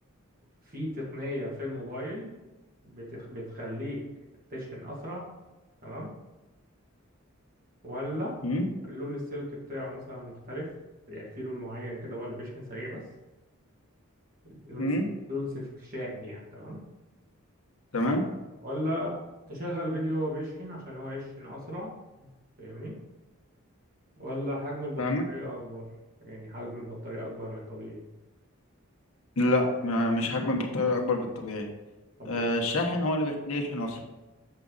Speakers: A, on the right (about 40°); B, on the left (about 80°).
A: في تقنية في الموبايل بتخ... بتخليك تشحن أسرع تمام ولا
B: امم
A: لون السلك بتاعه مثلا مختلف يعني في لون معين كده هو اللي بيشحن سريع بس لون
B: امم
A: س... لون سلك شاحن يعني تمام
B: تمام
A: ولا تشغل فيديو وهو بيشحن عشان هو يشحن أسرع فاهمني ولا حجم البطارية
B: فاهمة؟
A: أكبر يعني حجم البطارية أكبر من الطبيعي
B: لا ما- مش هكمل بالطريقة أكبر بالطبيعي
A: طب
B: آه
A: إيه
B: الشاحن هو اللي بيخليه يشحن أصلا